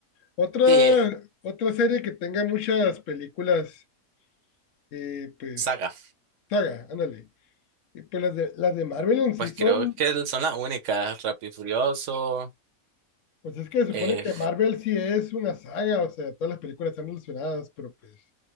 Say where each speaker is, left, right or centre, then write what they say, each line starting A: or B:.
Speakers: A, on the left (about 65°); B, on the right (about 60°).
A: Otra,
B: sí, eh,
A: otra serie que tenga muchas películas eh, pues,
B: saga,
A: saga, ándale. Y pues las de, las de Marvel en sí
B: pues creo
A: son,
B: que son las únicas, Rápido y Furioso,
A: pues es que se
B: eh,
A: supone que Marvel sí es una saga, o sea, todas las películas están relacionadas, pero pues,